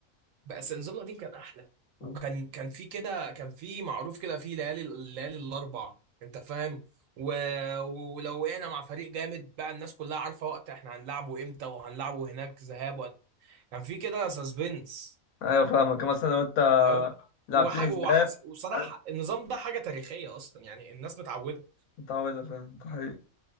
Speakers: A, on the right; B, on the left.
A: بس النظام القديم كان أحلى وكان
B: آه.
A: كان في كده كان في معروف كده في ليالي الليالي الأربع أنت فاهم؟ و... ولو وقعنا مع فريق جامد بقى الناس كلها عارفة وقت إحنا هنلعبه إمتى وهنلعبه هناك ذهاب وهن- كان في كده سسبنس
B: ايوه فاهمك مثلا لو انت
A: تمام؟
B: لعبتني
A: وحاجة
B: ذهاب
A: وحس... وصراحة
B: انا
A: النظام ده حاجة تاريخية أصلا يعني الناس متعودة
B: متعودة فاهم ده حقيقي